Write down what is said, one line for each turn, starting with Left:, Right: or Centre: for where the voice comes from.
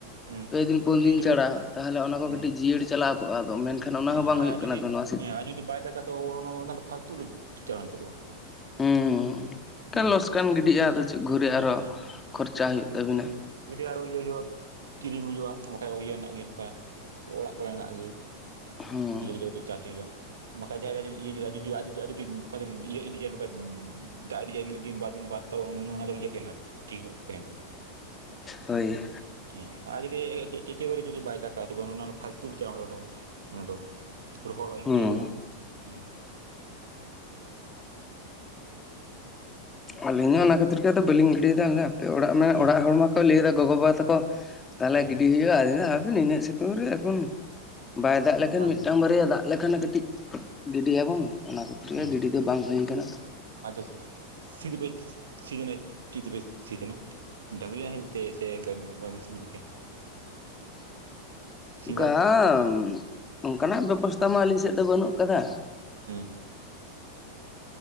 Right: ᱦᱮᱸ
Left: ᱯᱮ ᱫᱤᱱ ᱯᱩᱱ
Right: ᱴᱷᱤᱠ
Left: ᱫᱤᱱ
Right: ᱞᱮᱠᱟ
Left: ᱪᱷᱟᱲᱟ ᱛᱟᱦᱚᱞᱮ ᱚᱱᱟ ᱠᱚ
Right: ᱦᱮᱸ
Left: ᱠᱟᱹᱴᱤᱡ ᱡᱤᱭᱟᱹᱲ ᱪᱟᱞᱟᱣ ᱠᱚᱜᱼᱟ ᱟᱫᱚ ᱢᱮᱱᱠᱷᱟᱱ ᱚᱱᱟ
Right: ᱦᱮᱸ
Left: ᱦᱚᱸ ᱵᱟᱝ
Right: ᱟᱨ
Left: ᱦᱩᱭᱩᱜ
Right: ᱟᱡ
Left: ᱠᱟᱱᱟ
Right: ᱡᱩᱫᱤ
Left: ᱛᱚ ᱱᱚᱣᱟ ᱥᱤᱛ
Right: ᱦᱮᱸ ᱟᱨ ᱡᱩᱫᱤ ᱵᱟᱭ ᱫᱟᱠᱟ ᱛᱚ ᱚᱱᱟ ᱚᱱᱟ ᱫᱚ ᱯᱷᱟᱞᱛᱩ ᱪᱧᱞᱟᱣ ᱮᱱ ᱛᱟᱠᱚᱣᱟ
Left: ᱦᱩᱸᱠᱟᱞ
Right: ᱦᱮᱸ
Left: ᱞᱚᱥᱠᱟᱱ ᱜᱤᱰᱤᱜ-ᱟ ᱫᱚ ᱪᱮᱫ ᱜᱷᱩᱨᱮ ᱟᱨᱦᱚᱸ
Right: ᱦᱮᱸ
Left: ᱠᱷᱚᱨᱪᱟ ᱦᱩᱭᱩᱜ
Right: <inaudible>
Left: ᱛᱟᱵᱤᱱᱟ
Right: ᱜᱷᱩᱨᱮ ᱟᱨᱚ ᱤᱭᱟᱹ ᱦᱩᱭᱩᱜᱼᱟ ᱠᱤᱨᱤᱧ ᱦᱩᱭᱩᱜᱼᱟ ᱵᱟᱠᱟᱱ ᱤᱭᱟᱹ ᱨᱮᱱᱟᱜ ᱜᱮ ᱱᱚᱝᱠᱟ ᱚᱲᱟᱜ ᱠᱚᱨᱮᱱᱟᱜ ᱜᱮ
Left: ᱦᱩᱸ
Right: ᱠᱟᱛᱮ ᱪᱟᱥ ᱦᱩᱭᱩᱜᱼᱟ᱾ ᱵᱟᱠᱷᱟᱱ ᱡᱟᱦᱟᱸ ᱤᱭᱟᱹ ᱤᱫᱤ <unintelligible> ᱫᱟᱜ ᱨᱮᱭᱟᱜ ᱢᱤᱫ ᱫᱤᱱ ᱵᱟᱨ ᱫᱤᱱ ᱵᱟᱫ ᱚᱱᱟᱦᱟᱲᱟᱜ ᱫᱚ ᱤᱭᱟᱹ ᱛᱟᱦᱮᱱᱟ ᱴᱷᱤᱠ ᱧᱚᱜ ᱛᱮ ᱛᱟᱦᱮᱱᱟ
Left: ᱦᱳᱭ
Right: ᱦᱮᱸ ᱟᱨ ᱡᱩᱫᱤ ᱮᱠᱮᱵᱟᱨᱮ ᱡᱩᱫᱤ ᱵᱟᱭ ᱫᱟᱠᱟ ᱛᱚᱵᱮ ᱚᱱᱟ ᱯᱷᱟᱞᱛᱩ <unintelligible> ᱚᱱᱟ ᱫᱚ ᱨᱚᱦᱚᱲᱚᱜ ᱤᱱᱠᱟᱹ
Left: ᱦᱩᱸ
Right: ᱠᱮᱫᱟᱢ ᱦᱩᱸ
Left: ᱟᱹᱞᱤᱧ ᱦᱚᱸ ᱚᱱᱟ ᱠᱷᱟᱹᱛᱤᱨ ᱜᱮ ᱟᱫᱚ ᱵᱟᱹᱞᱤᱧ ᱜᱤᱰᱤᱭᱮᱫᱟ ᱟᱫᱚ ᱦᱟᱯᱮ ᱚᱲᱟᱜ ᱨᱮᱱᱟᱜ
Right: ᱦᱮᱸ
Left: ᱚᱲᱚᱜ ᱦᱚᱲ ᱢᱟᱠᱚ ᱞᱟᱹᱭᱮᱫᱟ ᱜᱚᱜᱚ ᱵᱟᱵᱟ ᱛᱟᱠᱚ ᱛᱟᱦᱚᱞᱮ
Right: ᱦᱮᱸ
Left: ᱜᱤᱰᱤ ᱦᱩᱭᱩᱜᱼᱟ ᱟᱫᱚᱧ ᱦᱟᱯᱮ ᱤᱱᱟᱹᱜ ᱥᱤᱛᱩᱝ ᱨᱮ ᱮᱠᱷᱚᱱᱼᱼ ᱵᱟᱭ ᱫᱟᱜ ᱞᱮᱠᱷᱟᱱ
Right: ᱚᱱᱟ
Left: ᱢᱤᱫᱴᱟᱝ
Right: ᱜᱮᱛᱚ
Left: ᱵᱟᱨᱭᱟ ᱫᱟᱜ ᱞᱮᱠᱷᱟᱱ ᱠᱟᱹᱴᱤᱡ ᱜᱤᱰᱤᱭᱟᱵᱚᱱ ᱚᱱᱟ ᱠᱷᱟᱹᱛᱤᱨ
Right: ᱦᱮᱸ
Left: ᱜᱮ ᱜᱤᱰᱤ ᱫᱚ ᱵᱟᱝ ᱦᱩᱭ ᱠᱟᱱᱟ
Right: ᱟᱫᱚ ᱥᱤ ᱫᱚ ᱯᱮ ᱥᱤ ᱠᱟᱱᱟ ᱪᱮᱫ ᱛᱮ ᱯᱮ ᱥᱤ ᱠᱟᱱᱟ ᱰᱟᱝᱨᱤ ᱱᱟᱦᱮᱞ ᱛᱮ ᱥᱮ ᱜᱟᱹᱰᱤ ᱢᱮᱥᱤᱱ ᱠᱚᱛᱮᱼᱼ
Left: <inaudible> ᱜᱟᱢ
Right: ᱵᱟᱲᱟ ᱫᱚ
Left: ᱚᱱᱠᱟᱱᱟᱜ ᱵᱮᱵᱚᱥᱛᱷᱟ ᱢᱟ ᱟᱹᱞᱤᱧ ᱥᱮᱫ ᱫᱚ ᱵᱟᱹᱱᱩᱜ ᱠᱟᱫᱟ
Right: ᱦᱩᱸ